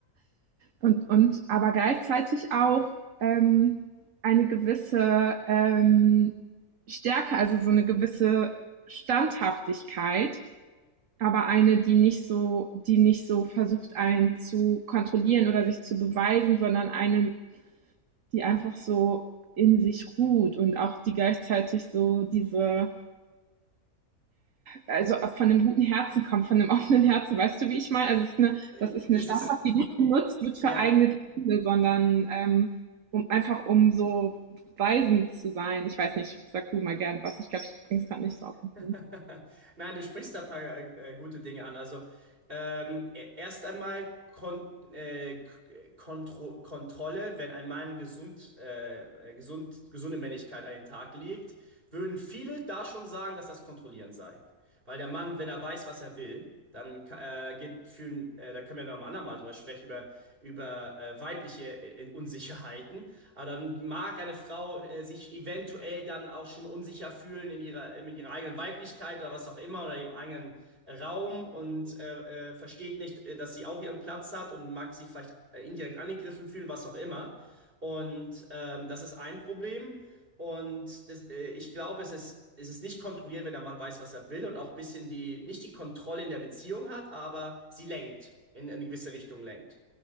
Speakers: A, on the right; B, on the right.
A: Und, und aber gleichzeitig auch ähm, eine gewisse ähm, Stärke, also so eine gewisse Standhaftigkeit, Aber eine, die nicht so die nicht so versucht, einen zu kontrollieren oder sich zu beweisen, sondern eine, die einfach so in sich ruht und auch die gleichzeitig so diese, also von einem guten Herzen kommt, von einem offenen Herzen, weißt du, wie ich meine? Also es ist eine,
B: Äh,
A: das ist
B: Es
A: eine Straftat,
B: ist,
A: die nicht genutzt wird für
B: ja.
A: eigene Ziele, sondern ähm, um einfach um so weisend zu sein. Ich weiß nicht, sag du mal gern was. Ich glaube, ich bringe es gerade nicht so auf den
B: <laughs>
A: Punkt.
B: Nein, du sprichst da ein paar äh, äh, gute Dinge an. Also ähm, e- erst einmal Kon äh, K- Kontro Kontrolle, wenn ein Mann gesund, äh, äh, gesund, gesunde Männlichkeit an den Tag legt, würden viele da schon sagen, dass das Kontrollieren sei. Weil der Mann, wenn er weiß, was er will, dann ka- äh, geht fühlen, äh, da können wir noch am anderen Mal drüber sprechen, über, über äh, weibliche äh, Unsicherheiten. Aber dann mag eine Frau äh, sich eventuell dann auch schon unsicher fühlen in ihrer, in ihrer eigenen Weiblichkeit oder was auch immer oder ihrem eigenen Raum und äh, äh, versteht nicht, äh, dass sie auch ihren Platz hat und mag sich vielleicht äh, indirekt angegriffen fühlen, was auch immer. Und ähm, das ist ein Problem. Und das, äh, ich glaube, es ist, es ist nicht kontrolliert, wenn der Mann weiß, was er will und auch ein bisschen die, nicht die Kontrolle in der Beziehung hat, aber sie lenkt, in eine gewisse Richtung lenkt.